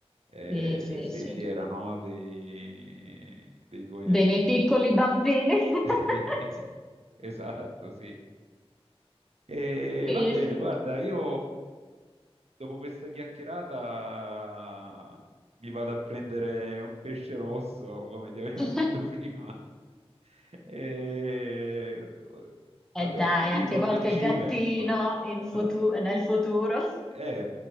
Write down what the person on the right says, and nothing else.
eh,
sei
fiera, no? Dei, dei tuoi...
Sì, <laughs> esatto, sì. E
va bene,
guarda, io dopo questa chiacchierata mi vado a prendere un pesce rosso, come ti avevo
<laughs> detto prima. E vabbè,
lì
col
mangime,
col-
eh,
no, eh,
eh,